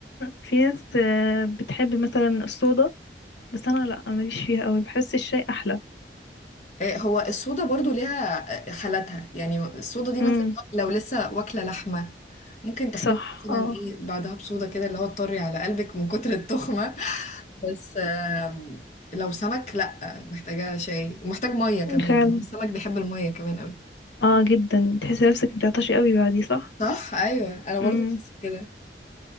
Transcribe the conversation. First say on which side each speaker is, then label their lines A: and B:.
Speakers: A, on the left; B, on the left.
A: في ناس آه، بتحب مثلا الصودا بس انا لا ماليش فيها قوي بحس الشاي احلى
B: آه، هو الصودا برضو ليها آه، حالاتها يعني الصودا دي
A: امم
B: مثلا لو لسه واكلة لحمة ممكن تحبيها
A: صح
B: مثلا
A: اه
B: ايه بعدها بصودا كده اللي هو تطري على قلبك من كتر التخمة بس آم، لو سمك لا محتاجة شاي ومحتاج مية كمان
A: فعلا
B: يعني السمك بيحب المية كمان قوي
A: اه جدا تحس نفسك بتعطشي قوي بعديه صح
B: صح ايوه انا
A: امم
B: برضو بحس كده